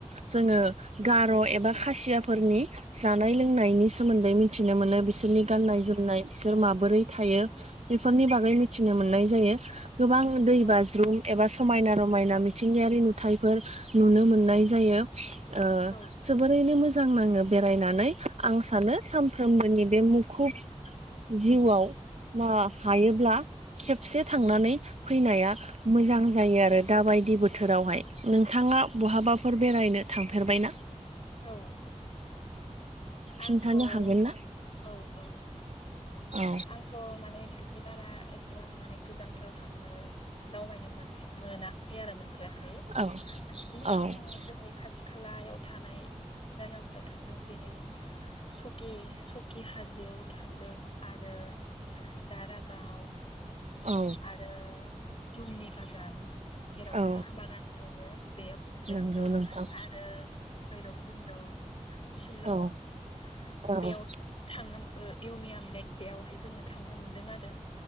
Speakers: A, on the right (about 60°); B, on the left (about 45°).
A: जोङो गार' एबा खासियाफोरनि जानाय लोंनायनि सोमोन्दै मिथिनो मोनो बिसोरनि गाननाय जोमनाय बिसोर माबोरै थायो बेफोरनि बागै मिथिनो मोननाय जायो गोबां दै
B: औ
A: बाज्रुम एबा समायना रमायना मिथिंगायारि नुथाइफोर नुनो मोननाय जायो ओ
B: औ
A: जोबोरैनो मोजां नाङो बेरायनानै आं सानो सानफ्रोमबोनि बे मुं खुब जिउआव मा हायोब्ला खेबसे थांनानै फैनाया मोजां जायो आरो दा बायदि बो थोरावहाय नोंथाङा बहाबाफोर बेरायनो थांफेरबाय ना?
B: औ
A: खिन्थानो
B: आंथ' औ
A: हागोन ना?
B: औ
A: औ
B: आंथ' माने बिदि बारा एसेबां माने गोजानफोराव थांनो दावबायनो मोनाखै मोनाखै आरो मोनफेराखै
A: औ
B: बिदिनो
A: औ
B: आं जोंनि खाथि खालायाव थानाय जायगाफोराव थांदों जेरै सकि सकि हाजोआव थांदों आरो दारागाव
A: औ
B: आरो थुमनि बागान जेराव
A: औ
B: साहा बागान दङ बेयाव थांदों
A: नंगौ नोंथां
B: आरो भैरब कुन्द' सिलं
A: औ औ
B: बेयाव थांनो इउमिया बेयावहाय जोङो थांनो मोनदों आरो